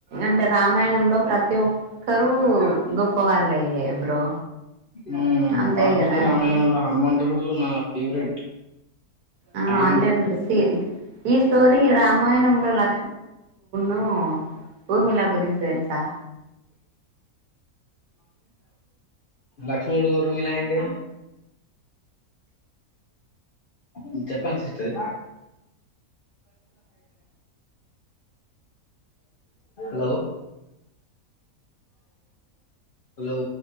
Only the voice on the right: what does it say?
అంటే రామాయణంలో ప్రతి ఒక్కరూ గొప్ప వాళ్ళే బ్రో
అంతే
గదా
ఆ
అంటే సీ ఈ స్టోరీ రామాయణంలో లా ఆ ఊర్మిలా గురించి తెలుసా